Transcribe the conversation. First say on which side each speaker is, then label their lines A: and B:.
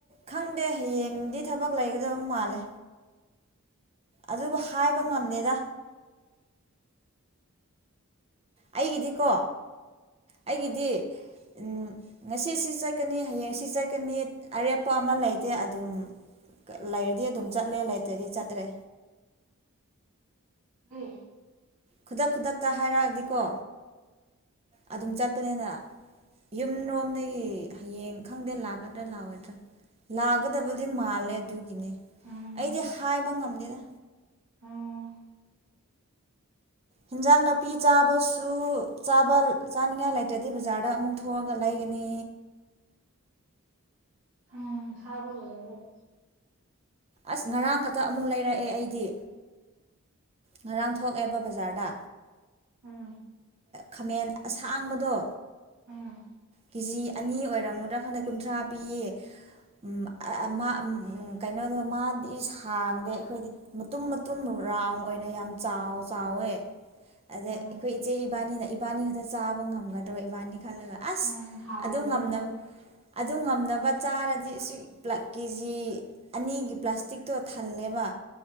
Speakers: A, on the right; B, on the right.
A: ꯈꯪꯗꯦ ꯍꯌꯦꯡꯗꯤ ꯊꯕꯛ ꯂꯩꯒꯗꯕ ꯃꯥꯜꯂꯦ ꯑꯗꯨꯕꯨ ꯍꯥꯏꯕ
B: ꯑꯥ
A: ꯉꯝꯗꯦꯗ
B: ꯑꯥ
A: ꯑꯩꯒꯤꯗꯤꯀꯣ ꯑꯩꯒꯤꯗꯤ ꯎꯪ ꯉꯁꯤ ꯁꯤ ꯆꯠꯀꯅꯤ ꯍꯌꯦꯡ ꯁꯤ ꯆꯠꯀꯅꯤ ꯑꯔꯦꯞꯄ ꯑꯃ ꯂꯩꯇꯦ ꯑꯗꯨꯝ ꯂꯩꯔꯗꯤ ꯑꯗꯨꯝ ꯆꯠꯂꯦ ꯂꯩꯇ꯭ꯔꯗꯤ ꯆꯠꯇ꯭ꯔꯦ
B: INAUDIBLE
A: ꯈꯨꯗꯛ- ꯈꯨꯗꯛꯇ ꯍꯥꯏꯔꯛꯑꯗꯤꯀꯣ ꯑꯗꯨꯝ ꯆꯠꯄꯅꯤꯅ ꯌꯨꯝꯔꯣꯝꯗꯒꯤ ꯍꯌꯦꯡ ꯈꯪꯗꯦ ꯂꯥꯛꯀꯗ꯭ꯔꯥ- ꯂꯥꯛꯑꯣꯏꯗ꯭ꯔꯥ ꯂꯥꯛꯀꯗꯕꯗꯤ ꯃꯥꯜꯂꯦ ꯑꯗꯨꯒꯤꯅꯦ
B: ꯎꯝ ꯎꯝ
A: ꯑꯩꯗꯤ ꯍꯥꯏꯕ ꯉꯝꯗꯦꯗ
B: INAUDIBLE
A: ꯍꯤꯟꯖꯥꯡ ꯅꯥꯄꯤ ꯆꯥꯕꯁꯨ ꯆꯥꯕ ꯆꯥꯅꯤꯉꯥꯏ ꯂꯩꯇ꯭ꯔꯗꯤ ꯕꯖꯥꯔꯗ ꯑꯃꯨꯛ ꯊꯣꯛꯑꯒ ꯂꯩꯒꯅꯤ
B: UNINTELLIGIBLE
A: ꯑꯁ ꯉꯔꯥꯡ ꯈꯛꯇ ꯑꯃꯨꯛ ꯂꯩꯔꯛꯑꯦ ꯑꯩꯗꯤ ꯉꯔꯥꯡ ꯊꯣꯛꯑꯦꯕ ꯕꯖꯥꯔꯗ
B: ꯎꯪ
A: ꯈꯥꯃꯦꯟ ꯑꯁꯥꯡꯕꯗꯣ
B: ꯎꯝ
A: ꯀꯦꯖꯤ ꯑꯅꯤ ꯑꯣꯏꯔꯝꯒꯗ꯭ꯔꯥ ꯈꯪꯗꯦ ꯀꯨꯟꯊ꯭ꯔꯥ ꯄꯤꯌꯦ ꯑꯝ ꯑꯥ ꯃꯥꯑꯥ ꯀꯩꯅꯣꯗꯣ ꯃꯥꯗꯤ ꯁꯥꯡꯗꯦ ꯑꯩꯈꯣꯏꯗꯤ ꯃꯇꯨꯝ ꯃꯇꯨꯝ ꯔꯥꯎꯟ ꯑꯣꯏꯅ ꯌꯥꯝ ꯆꯥꯎ ꯆꯥꯎꯋꯦ ꯑꯗꯩ
B: ꯎꯝ
A: ꯑꯩꯈꯣꯏ ꯏꯆꯦ ꯏꯕꯥꯅꯤꯅ ꯏꯕꯥꯅꯤ ꯈꯛꯇ ꯆꯥꯕ ꯉꯝꯒꯗ꯭ꯕ ꯏꯕꯥꯅꯤ ꯈꯜꯂꯒ ꯑꯥꯁ
B: ꯎꯝ ꯍꯥꯎꯕꯅꯦ
A: ꯑꯗꯨ ꯉꯝꯅꯕ
B: ꯑꯗꯨꯗꯤ
A: ꯑꯗꯨ ꯉꯝꯅꯕ ꯆꯥꯔꯗꯤ ꯁꯤꯄꯂꯥ ꯀꯦꯖꯤ ꯑꯅꯤꯒꯤ ꯫ ꯄ꯭ꯂꯥꯁꯇꯤꯛꯇꯣ ꯊꯜꯂꯦꯕ